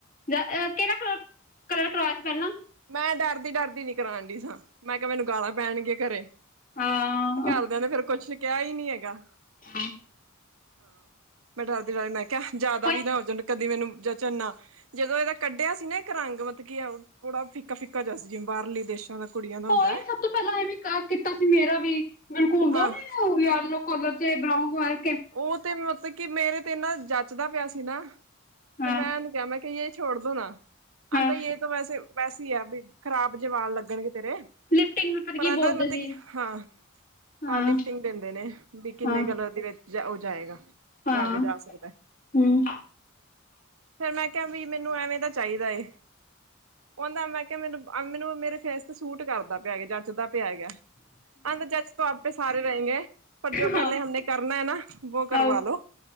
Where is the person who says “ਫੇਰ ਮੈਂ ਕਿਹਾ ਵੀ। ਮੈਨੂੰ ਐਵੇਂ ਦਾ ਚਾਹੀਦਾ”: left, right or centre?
Right